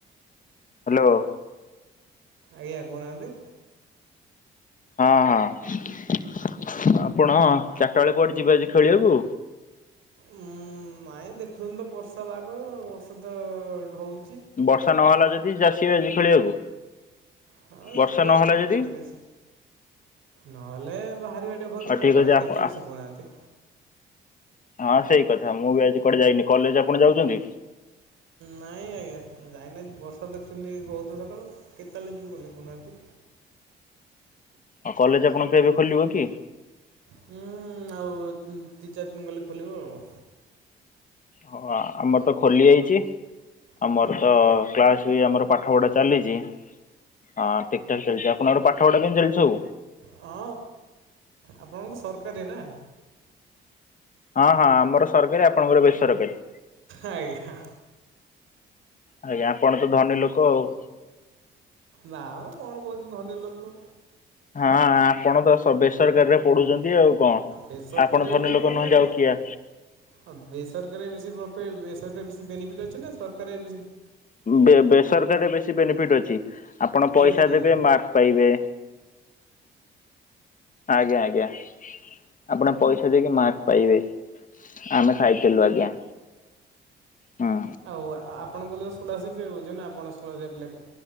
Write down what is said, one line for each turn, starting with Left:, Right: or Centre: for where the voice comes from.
Left: ହ୍ୟାଲୋ!
Right: ଆଜ୍ଞା କହୁନାହାନ୍ତି?
Left: ହଁ ହଁ। ଆପଣ ଚାରିଟା ବେଳେ କୁଆଡେ ଯିବେ ଆଜି ଖେଳିବାକୁ?
Right: ଉୁଁ ନାଇଁ ଦେଖୁଛନ୍ତି ତ ବର୍ଷା ବାାଗ ଔଷଧ ହୋଉ
Left: ବର୍ଷା ନହେଲା ଯଦି ଚାଷୀ ଆଜି ଖେଳିବାକୁ।
Right: ହଁ
Left: ବର୍ଷା
Right: ଯିବା
Left: ନହେଲା ଯଦି
Right: ଦେଦ ନହେଲେ ବାହାରିବା ଟେ ଘରୁ
Left: ଠିକ୍
Right: ଆଉ ଘରେ
Left: ଅଛି ଆପ
Right: କେତେ
Left: ଆ
Right: ବି ଶିଖୁଉନାହାନ୍ତି।
Left: ହଁ ସେଇ କଥା ମୁଁ ବି ଆଜି କୁଆଡେ ଯାଇନି କଲେଜ ଆପଣ ଯାଉଛନ୍ତି?
Right: ନାଇଁ ଆଜ୍ଞା ଯାଇନା ବର୍ଷା ଦେଖୁଛନ୍ତି ବହୁତ ସକାଳୁ କେତେଳେ ଯିବି ଗଲେ କହୁନାହାନ୍ତି?
Left: ଆଉ କଲେଜ ଆପଣଙ୍କୁ ଏବେ ଖୋଲିବ କି?
Right: ହୁଁ ଆଉ ଦତି ଚାରି ଦିନ ଗଲେ ଖୋଲିବ ଆ।
Left: ହଁ ଆମର ତ ଖୋଲି ଯାଇଛି ଆମର
Right: ଆଉ
Left: ତ କ୍ଲାସ ଆମର ପାଠପଢା ଚାଲିଚି ହଁ ଠିକଠାକ୍ ଚାଲିଚି ଆପଣଙ୍କର ପାଠପଢା କେମିତି ଚାଲିଚି ଆଉ।
Right: ହଁ ଆପଣଙ୍କୁ ସରକାରୀ ନା
Left: ହଁ ହଁ ଆମର ସରକାରୀ ଆପଣଙ୍କର ବେସରକାରୀ।
Right: ଆଜ୍ଞା।
Left: ଆଜ୍ଞା ଆପଣ ତ ଧନୀ ଲୋକ ଆଉ।
Right: ନା ମୁ କଣ କହୁଛନ୍ତି ଧନୀ ଲୋକ।
Left: ହଁ ଆପଣ ତ ବେସରକାରୀରେ ପଢୁଛନ୍ତି ଆଉ। କଣ
Right: ବେସରକାରୀ
Left: ଆପଣ
Right: ହେଲେ
Left: ଧନୀ
Right: କଣ
Left: ଲୋକ
Right: ହେଲା
Left: ନହେ
Right: କି?
Left: ଯାଉ କିଆ
Right: ଆଉ ବେସରକାର ବେଶ ବେରକାର ବେଶ ବେନିଫିଟ ଅଛି ନା ସରକାର
Left: ବେ ବେସରକାରରେ ବେଶୀ ବେନିଫିଟ ଅଛି ଆପଣ
Right: କେମିତି
Left: ପଇସା
Right: କିଏ
Left: ଦେବେ ମାର୍କ ପାଇବେ। ଆଜ୍ଞା ଆଜ୍ଞା। ଆପଣ ପଇସା ଦେଇକି ମାର୍କ ପାଇବେ ଆମେ ଖାଇଲୁ ଆଜ୍ଞା। ହୁଁ।
Right: ଆଉ ଆପଣଙ୍କ ହିଲ ସ୍ଲରସିପ ନା ଆପଣଙ୍କ <unintelligible>